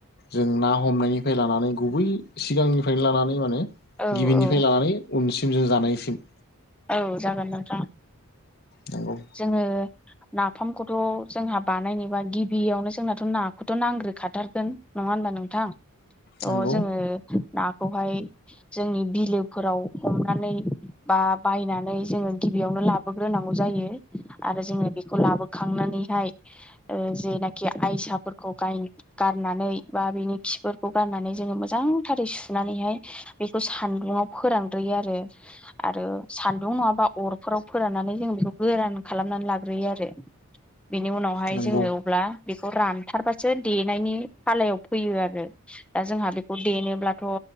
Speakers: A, on the left; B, in the centre.
A: जों ना हमनायनिफ्राय लानानै गुबै सिगांनिफ्रायनो लानानै माने
B: औ
A: गिबिनिफ्राय
B: औ
A: लानानै उनसिम जों जानायसिम
B: औ जागोन नोंथां
A: नंगौ
B: जोङो ना फामखौथ' जोंहा बानायनोबा गिबियावनो जोंनाथ' नाखौथ' नांग्रोखाथारगोन नङा होनबा नोंथां। थ'
A: नंगौ
B: जोङो नाखौहाय जोंनि बिलोफोराव हमनानै बा बायनानै जोङो गिबियावनो लाबोग्रोनांगौ जायो। आरो जोङो बेखौ लाबोखांनानैहाय ओ जेनाखि आयसाफोरखौ गाय गारनानै बा बिनि खिफोरखौ गारनानै जोङो मोजांथारै सुनानै हाय सान्दुंआव फोरानग्रोयो आरो आरो सान्दुं नङाबा अरफोराव फोराननानै जों बेखौ गोरान खालामनानै लाग्रोयो आरो बेनि उनावहाय
A: नंगौ
B: जोङो अब्ला बेखौ रानथारबासो देनायनि फालायाव फैयो आरो दा जोंहा बेखौ देनोब्लाथ'